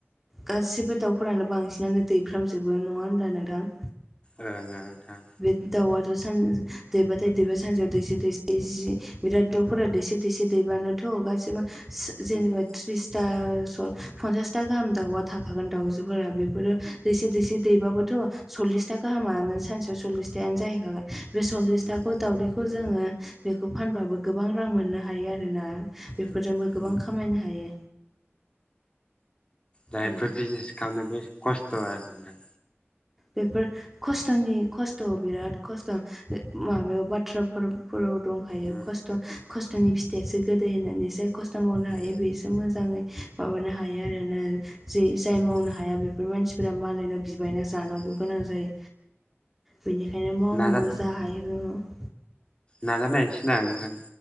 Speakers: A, in the centre; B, on the left.
A: गासिबो दाउफोरानो बांसिनानो दैफ्रामजोबो नङा होनब्ला नोंथां?
B: ओं ओं नोंथां।
A: दाउवाथ' सान दैबाथाय दैबाय सानसेयाव दैसे दैसे बिराद दाउफोरा दैसे दैसे दैबानोथ'गासिबो जेनेबा
B: उम
A: थ्रिसथा स पन्सासथा गाहाम दाउआ थाखागोन दाउजोफोरा बेफोरो दैसे दैसे दैबाबोथ' सल्लिसथा गाहामा नों सानसेयाव सल्लिसथायानो जाहैखागोन बे सल्लिस
B: उम
A: थाखौ दावदैखौ जोङो बेखौ फानबाबो गोबां रां मोननो हायो आरो ना बेफोरजोंबो
B: उम उम
A: गोबां खामायनो हायो।
B: दायोफोर
A: आरो
B: बिजनेस खालामनोबो खस्थ' आरोना।
A: बेफोर खस्थ'नि खस्थ' बिराद खस्थ'। माबायाव बाथ्राफोर फोराव दंखायो
B: उम
A: खस्थ' खस्थ'नि फिथाइयासो गोदै होननानै जाय खस्थ' मावनो हायो
B: ए
A: बेसो मोजाङै माबानो हायो आरोना। जै जाय
B: उम
A: मावनो हाया बेफोर मानसिफोरा मालायनाव बिबायना जा जानांगौ
B: उम
A: गोनां जायो बेनिखायनो मावनांगौ
B: नाजा
A: जा हायो <unintelligible>
B: नाजानायसै ना नोंथां।